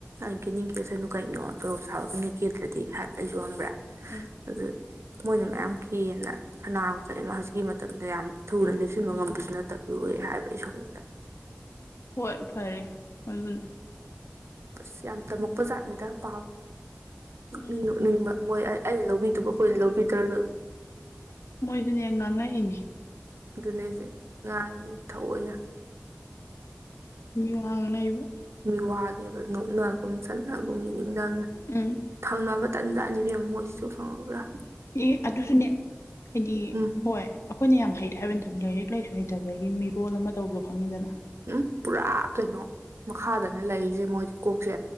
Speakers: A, on the right (about 75°); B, on the left (about 85°).
A: ꯑꯩ ꯀꯦꯅꯤꯡ ꯀꯦꯁꯅꯨ ꯀꯩꯅꯣ ꯇꯣꯂꯣꯞ ꯆꯥꯕꯒꯤ ꯀꯦꯗ꯭ꯔꯗꯤ ꯍꯥꯏꯕ ꯑꯩꯁꯨ ꯈꯪꯕ꯭ꯔꯥ
B: ꯎꯝ
A: ꯑꯗꯨ ꯃꯣꯏꯅ ꯃꯌꯥꯝ ꯀꯦꯅ ꯁꯅꯥ ꯀꯩ ꯑꯃ ꯍꯧꯖꯤꯛꯀꯤ ꯃꯇꯝꯗ ꯌꯥꯝ ꯊꯨꯅ ꯂꯦꯞꯁꯤꯟꯕ ꯉꯝꯕꯁꯨ ꯅꯠꯇꯕꯗꯨ ꯍꯥꯏꯕ ꯑꯩ ꯁꯥꯎꯅꯤꯡꯗꯅ
B: ꯍꯣꯏ ꯐꯔꯦ ꯑꯗꯨꯅ
A: ꯑꯁ ꯌꯥꯝ ꯇꯝꯃꯛꯄ ꯖꯥꯠꯅꯤꯗ ꯄꯥꯎ ꯅꯣꯛꯅꯤꯡ
B: ꯎꯝ
A: ꯅꯣꯛꯅꯤꯡꯕ ꯃꯣꯏ ꯑꯩꯅ ꯂꯧꯕꯤꯗꯨꯕ ꯑꯩꯈꯣꯏꯅ ꯂꯧꯕꯗ꯭ꯔ ꯂꯣꯏꯔꯦ
B: ꯃꯣꯏꯗꯨꯅꯦ ꯉꯥꯡꯉꯛꯏꯅꯦ
A: ꯑꯗꯨꯅꯦ ꯍꯥꯏꯁꯦ ꯉꯥꯡꯉꯤ ꯊꯑꯣꯏꯅ
B: ꯃꯤꯋꯥ ꯉꯥꯡꯅꯩꯕ
A: ꯃꯤꯋꯥꯗꯤꯕ ꯅꯣꯛꯅꯒꯨꯝ ꯆꯠꯅꯒꯨꯝ ꯌꯦꯡꯅꯤꯡꯗꯕꯅ
B: ꯎꯝ
A: ꯊꯪꯅꯕ ꯇꯟꯖꯥꯇꯅꯤ ꯏꯕꯦꯝꯃꯥ ꯃꯣꯏꯁꯤꯁꯨ ꯈꯪꯉꯕ꯭ꯔꯥ
B: ꯑꯦ ꯑꯗꯨꯁꯨꯅꯦ ꯍꯥꯏꯗꯤ
A: ꯎꯝ
B: ꯍꯣꯏ ꯑꯩꯈꯣꯏꯅ ꯌꯥꯝ ꯍꯩꯔꯦ ꯍꯥꯏꯕꯩ ꯅꯠꯇꯕ ꯂꯥꯏꯔꯤꯛ ꯂꯥꯏꯁꯨ ꯍꯩꯇꯕꯒꯤ ꯃꯤꯔꯣꯜ ꯑꯃ ꯇꯧꯕꯗꯣ ꯈꯪꯉꯤꯗꯅ
A: ꯎꯝ ꯄꯨꯔꯥ ꯀꯩꯅꯣ ꯃꯈꯥꯗꯅꯦ ꯂꯩꯔꯤꯁꯦ ꯃꯣꯏꯗꯤ ꯀꯣꯛꯁꯦ